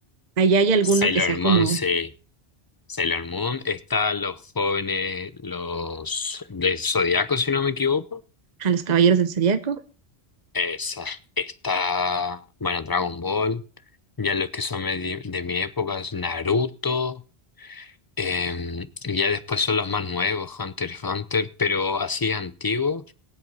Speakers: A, on the right; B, on the left.
A: ¿Allá hay alguno
B: Sailor
A: que sea como
B: Moon, sí. Sailor Moon, está los jóvenes, los del Zodíaco, si no me equivoco.
A: a los Caballeros del Zodiaco?
B: Esa, está, bueno, Dragon Ball, ya los que son de, de mi época es Naruto, eh, y ya después son los más nuevos, Hunter x Hunter, pero así antiguo,